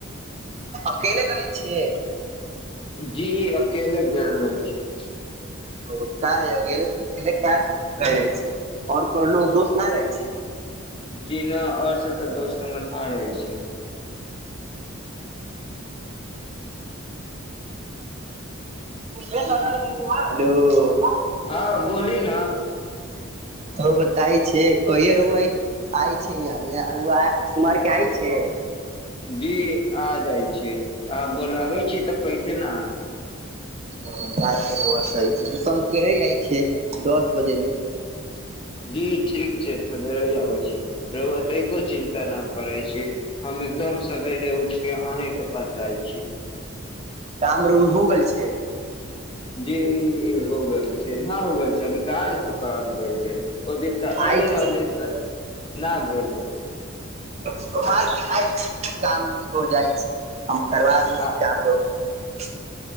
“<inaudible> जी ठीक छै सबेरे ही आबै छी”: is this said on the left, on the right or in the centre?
Left